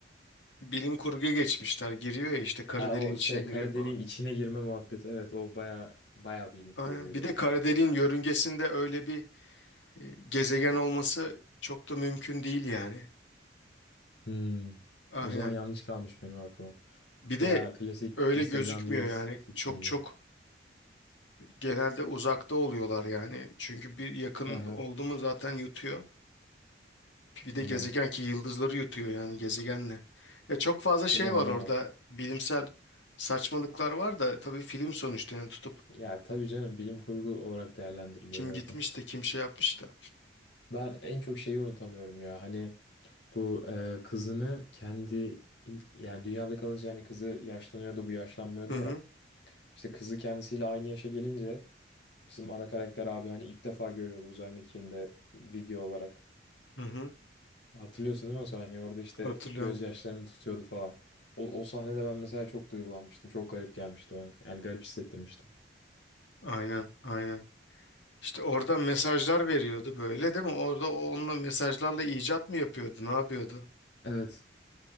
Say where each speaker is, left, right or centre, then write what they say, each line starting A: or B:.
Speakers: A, on the left (about 80°); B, on the left (about 65°).
A: bilim kurguya geçmişler. Giriyor ya işte kara
B: Ha
A: deliğin
B: o
A: içine
B: şey
A: giriyor
B: kara
A: falan.
B: deliğin içine girme muhabbeti evet o baya baya bilim
A: Aynen.
B: kurguydu.
A: Bir de kara deliğin yörüngesinde öyle bir e, gezegen olması çok da mümkün değil yani.
B: Hmm.
A: Aynen.
B: O zaman yanlış kalmış benim aklıma.
A: Bir de
B: Veya klasik
A: öyle
B: Instagram
A: gözükmüyor
B: Reels
A: yani.
B: fikriydi.
A: Çok çok genelde uzakta oluyorlar yani. Çünkü bir yakın
B: Aha,
A: oldu mu zaten yutuyor. Bir
B: anladım.
A: de gezegen ki yıldızları yutuyor yani gezegenle. Ya çok fazla şey
B: Değil mi? O
A: var
B: da
A: orada.
B: var.
A: Bilimsel saçmalıklar var da tabii film sonuçta yani tutup
B: Ya tabii canım bilim kurgu olarak değerlendiriliyor
A: Kim
B: zaten.
A: gitmiş de kim şey yapmış da.
B: Ben en çok şeyi unutamıyorum ya. Hani bu e, kızını kendi yani dünyada kalınca hani kızı yaşlanıyordu bu yaşlanmıyordu
A: Hı
B: ya.
A: hı
B: İşte kızı kendisiyle aynı yaşa gelince bizim ana karakter abi hani ilk defa görüyordu uzay mekiğinde video olarak.
A: hı hı
B: Hatırlıyorsun değil mi o sahneyi? Orada işte
A: hatırlıyorum.
B: gözyaşlarını tutuyordu falan. O, o sahnede ben mesela çok duygulanmıştım. Çok garip gelmişti bana. Yani garip hissettirmişti.
A: Aynen aynen. İşte orada mesajlar veriyordu böyle değil mi? Orada o- onunla mesajlarla icat mı yapıyordu? Ne yapıyordu?
B: Evet.